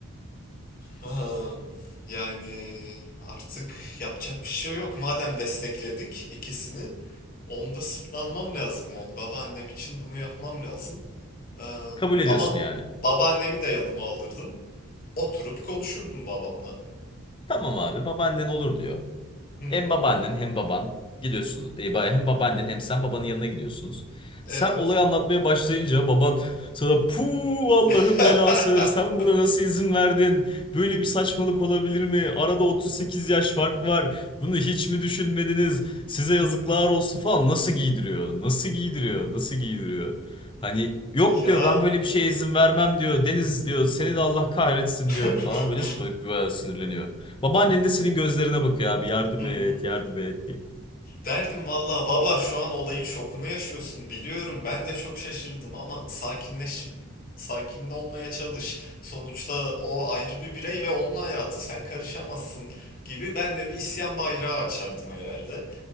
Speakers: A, on the left; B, on the left.
A: Am, Yani artık yapacak bir şey yok. Madem destekledik ikisini, onda sırtlanmam lazım yani. Babaannem için bunu yapmam lazım. Am,
B: Kabul ediyorsun
A: ama
B: yani.
A: babaannemi de yanıma alırdım. Oturup konuşurdum babamla.
B: Tamam abi babaannen olur diyor.
A: Hmm,
B: Hem babaannen hem baban gidiyorsunuz. E, ba- hem babaannen hem sen babanın yanına gidiyorsunuz.
A: evet.
B: Sen olayı anlatmaya başlayınca baban sana puh Allah'ın
A: <laughs>
B: belası sen buna nasıl izin verdin? Böyle bir saçmalık olabilir mi? Arada 38 yaş fark var. Bunu hiç mi düşünmediniz? Size yazıklar olsun falan. Nasıl giydiriyor? Nasıl giydiriyor? Nasıl giydiriyor? Hani yok
A: Ya.
B: diyor ben böyle bir şeye izin vermem diyor. Deniz diyor seni de Allah kahretsin
A: <laughs>
B: diyor falan böyle böyle sinirleniyor. Babaannen de senin gözlerine bakıyor abi yardım
A: Hmm.
B: et yardım et diye.
A: Derdim valla baba şu an olayın şokunu yaşıyorsun biliyorum ben de çok şaşırdım ama sakinleş sakin olmaya çalış. Sonuçta o ayrı bir birey ve onun hayatı sen karışamazsın gibi ben de bir isyan bayrağı açardım herhalde.